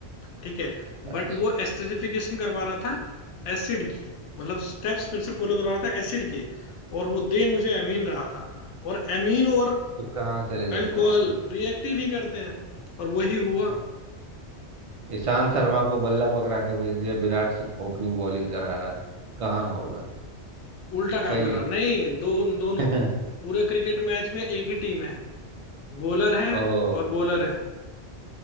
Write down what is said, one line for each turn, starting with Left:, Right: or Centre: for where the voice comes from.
Left: ठीक है
Right: अच्छा
Left: बट वो
Right: अच्छा
Left: एस्टरीफिकेशन
Right: अच्छा।
Left: करवा रहा था एसिड की मतलब स्टेप्स मेरे से फॉलो करवा रहा था एसिड के और वो दे मुझे एमीन रहा था और एमीन और
Right: तो कहाँ से रिजल्ट
Left: अल्कोहल
Right: आएगा
Left: रिएक्ट ही नहीं करते हैं और वही हुआ
Right: बताओ ईशांत शर्मा को बल्ला पकड़ा के भेज दिया विराट से ओपनिंग बॉलिंग करा रहा है कहाँ होगा
Left: उल्टा काम
Right: सही
Left: करा नहीं दो दोनों
Right: है <laughs>
Left: पूरे क्रिकेट मैच में एक ही टीम है बॉलर है
Right: ओ
Left: और बॉलर है